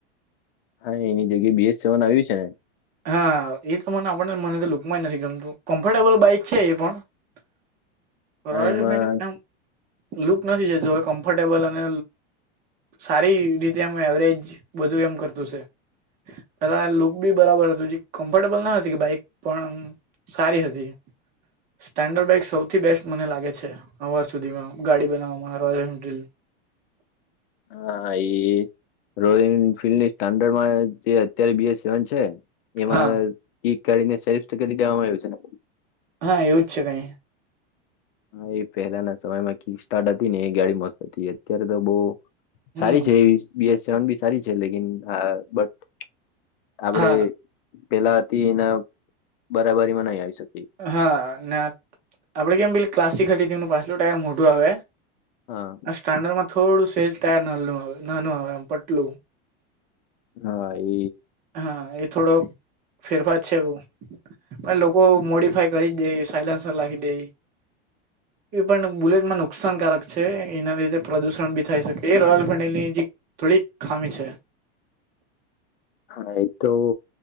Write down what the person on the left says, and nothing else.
હા એની જગ્યા બી એસ સેવન આવ્યું છે.
હા એમાં
હહ એ. રોયલ એફિલ્ડની સ્ટાન્ડર્ડમાં જે અત્યારે બી એસ સેવન છે. એમાં
ઈ ગાડીને સરીફ તો કરી દેવામાં આયુ હશે ને?
હા એ પેલાના સમયમાં કી સ્ટાર્ટ હતી ને એ ગાડી મસ્ત હતી અત્યારે તો બોવ.
સારી છે એ બીએ સેવન બી સારી છે લેકિન અ બટ. આપડે
પેલા હતી એના બરાબરીમાં નહી આવી શકી.
હા
હહ એ
હા એ તો